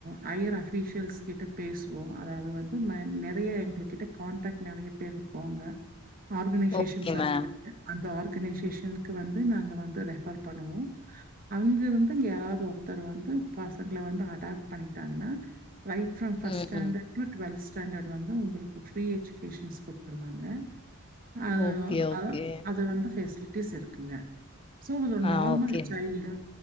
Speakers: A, on the right; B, on the left.
A: ஹையர் ஆப் ஃபீஷியல்ஸ் கிட்ட பேசுவோ அதாவது வந்து மை நெறைய எங்கள்க்கிட்ட கான்டாக்ட் நெறைய பேர் இருக்கு அங்க ஆர்கனைசேஷன்ஸ்
B: ஓகே
A: எல்லா
B: மேம்.
A: இருக்கு அந்த ஆர்கனைசேஷன்க் வந்து நாங்க வந்து ரெஃபர் பண்ணுவோ அங்க இருந்து யாராவது ஒருத்தர் வந்து பசங்கள வந்து அடாப்ட் பண்ணிட்டாங்னா ரைட் ப்ரம் ஃப்ட்ஸ்
B: ம்,
A: டாண்டட்
B: ம்.
A: டு டு்வெல்த் ஸ்டாண்டட் வந்து உங்களுக்கு ஃப்ரீ எஜுகேஷன்ஸ் குடுத்துருவாங்க அது
B: ஓகே, ஓகே.
A: அ அது வந்து ஃபெசிலிட்டிஸ் இருக்குங்க சோ அப்ப அந்த
B: ஆ
A: normal
B: okay
A: Child
B: ma'am.